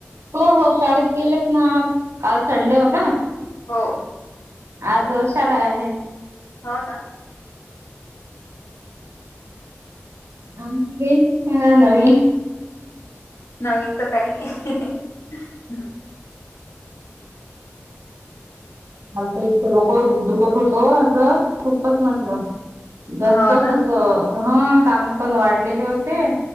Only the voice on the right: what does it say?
हो हो शाळेत गेलेच ना काल संडे होता ना.
आज शाळा आहे.
आणखी काही सांगा नवीन.
मल तर इतकं डोकं दुखत होतो माझं खूपच म्हटलं. जास्तस
ह काम पण वाढलेले होते.